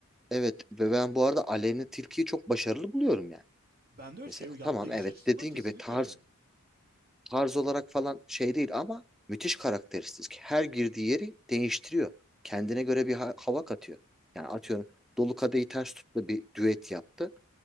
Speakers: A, in the centre; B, on the right (about 45°).
A: evet ve ben bu arada aleni tilkiyi çok başarılı buluyorum yani.
B: Ben de öyle
A: Mesela
B: şey yaptığı
A: tamam
B: iş
A: evet
B: açısından
A: dediğin
B: kesinlikle
A: gibi tarz
B: öyle.
A: tarz olarak falan şey değil ama müthiş karakteristik. Her girdiği yeri değiştiriyor. Kendine göre bir ha- hava katıyor. Yani atıyorum Dolu Kadehi Ters Tut'la bir düet yaptı.